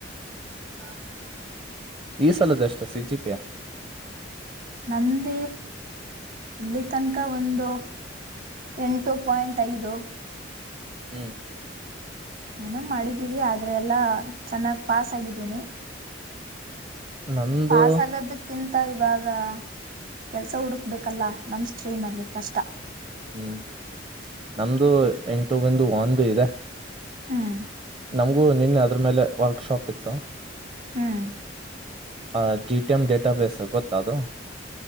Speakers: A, on the right; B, on the right.
A: <unintelligible>
B: ಈ ಸಲದಷ್ಟು ಸಿಜಿ ಪಿಯ
A: ನಂದ ಇಲ್ಲಿ ತನಕ ಒಂದು ಎಂಟು ಪಾಯಿಂಟ್ ಐದು
B: ಹ್ಮ್
A: ಏನೋ ಮಾಡಿದ್ದೀವಿ ಆದ್ರೆ ಎಲ್ಲಾ ಚೆನ್ನಾಗ್ ಪಾಸ್ ಆಗಿದ್ದೀನಿ.
B: ನಮ್ದು
A: ಪಾಸ್ ಆಗದಕ್ಕಿಂ ತ ಇವಾಗ ಕೆಲ್ಸ ಹುಡುಕ್ಬೇಕಲ್ಲ ನಮ್ ಸ್ಟ್ರೀಮ್ ಅಲ್ಲಿ ಕಷ್ಟ.
B: ಹ್ಮ್ ನಮ್ದು ಇಂಟರ್ವ್ಯೂ ಬಂದು ಒಂದು ಇದೆ.
A: ಹ್ಮ್
B: ನಮ್ಗೂ ನಿನ್ನೆ ಅದ್ರ್ ಮೇಲೆ ವರ್ಕ್ಶಾಪ್ ಇತ್ತು.
A: ಹ್ಮ್.
B: ಆ ಜಿ ಟಿ ಎಂ ಡೇಟಾಬೇಸ್ ಗೊತ್ತ ಅದು?